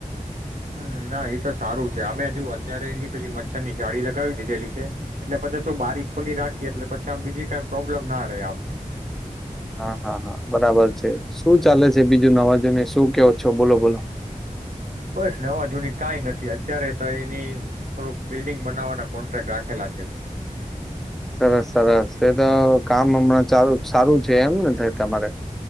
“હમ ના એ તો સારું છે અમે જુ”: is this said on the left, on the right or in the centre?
Right